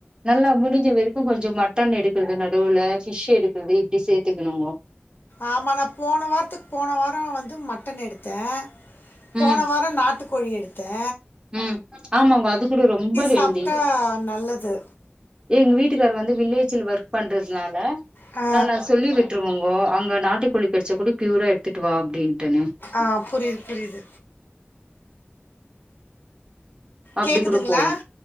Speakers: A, on the right (about 25°); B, on the left (about 55°).
A: நல்லா முடிஞ்ச வரைக்கு கொஞ்ச மட் மட்டன் எடுக்குறது நடுவுல ஃபிஷ் எடுக்குறது இப்டி சேத்துக்கணுங்க
B: ஆமா நா போன வாரத்துக்கு போன வாரோ வந்து மட்டன் எடுத்தேன் போன
A: ம்
B: வாரம் நாட்டுக் கோழி எடுத்தே
A: ம் ஆமாங்க அது கூட ரொம்ப ஹெல்தி
B: சாப்பிட்டா நல்லது
A: எங்க வீட்டுக்கார் வந்து வில்லேஜ்ல ஒர்க் பண்றதுனால
B: ஆ
A: நா சொல்லி விட்டுருவங்கோ அங்க நாட்டுக்கோழி கெடச்சா கூட பியூரா எடுத்துட்டு வா அப்டின்ட்டுன்னு
B: ஆ புரியுது புரியுது
A: அப்டி
B: கேக்குதுங்களா
A: கூட போகும்